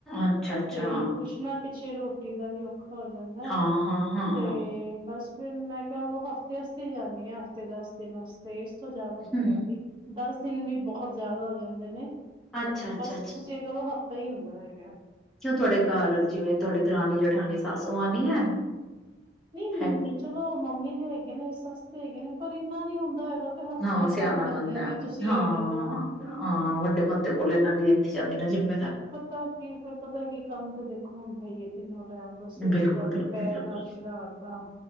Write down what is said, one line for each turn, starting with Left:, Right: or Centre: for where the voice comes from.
Centre: ਅੱਛਾ ਅੱਛਾ
Right: ਤੇ ਕੁਛ ਨਾ ਪਿੱਛ ਪਿੱਛੇ ਰੋਟੀ ਦਾ ਵੀ ਔ ਹੋ ਜਾਂਦੈ।
Centre: ਹਾਂ ਹਾਂ ਹਾਂ
Right: ਤੇ
Centre: ਹਾਂ
Right: ਬਸ ਫੇਰ ਮੈਂ ਕਹਿ ਲਓ ਹਫਤੇ ਵਾਸਤੇ ਈ ਜਾਂਦੀ ਆਂ, ਹਫ਼ਤੇ ਦਸ ਦਿਨ ਵਾਸਤੇ ਚ ਜ਼ਿਆਦਾ ਨੀ
Centre: ਹੂੰ
Right: ਜਾਂਦੀ। ਦਸ ਦਿਨ ਵੀ ਬਹੁਤ ਜ਼ਿਆਦਾ ਹੋ ਜਾਂਦੇ ਨੇ।
Centre: ਅੱਛਾ ਅੱਛਾ
Right: ਬਸ ਤੁਸੀਂ ਐ ਕਰੋ ਹਫ਼ਤਾ ਹੀ ਹੁੰਦ <unintelligible>
Centre: ਕਿਓ ਤੁਹਾਡੇ ਘਾਰ ਜਿਵੇਂ ਤੁਹਾਡੀ ਦਰਾਨੀ ਜਠਾਨੀ, ਸਾਸੂ ਮਾਂ ਨੀ ਹੈ।
Right: ਨਹੀਂ
Centre: ਹੈਗੀ
Right: ਚਲੋ ਮੰਮੀ ਹੈਗੇ ਨੇ ਸੱਸ ਤੇ ਹੈਗੇ ਨੇ ਪਰ ਇੰਨਾ ਨੀ ਹੁੰਦਾ। ਹੈਗਾ ਫਿਰ ਹਫ਼ਤਾ
Centre: ਹਾਂ,
Right: ਹੀ
Centre: ਸਿਆਣਾ
Right: ਸਾਂਭ ਲੈਂਦੇ
Centre: ਬੰਦਾ
Right: ਨੇ ਤੁਸੀਂ
Centre: ਹਾਂ
Right: ਇਹ ਕਹਿ ਲਓ
Centre: ਹਾਂ ਵੱਡੇ ਬੰਦੇ ਕੋਲ ਐਨਾਂ ਨੇ ਜਾਂਦੀ ਨਾ ਜਿਵੇਂ
Right: ਪਤਾ ਕੀ ਫਿਰ ਪਤਾ ਕੀ ਕੰਮ ਤੇ ਦੇਖੋ ਹੁਣ <unintelligible> ਤਿੰਨੋ ਟਾਈਮ ਦਾ ਸਵੇਰ
Centre: ਬਿਲਕੁਲ
Right: ਦਾ
Centre: ਬਿਲਕੁਲ
Right: ਦੁਪਹਿਰ
Centre: ਬਿਲਕੁਲ
Right: ਦਾ ਰਾਤ ਦਾ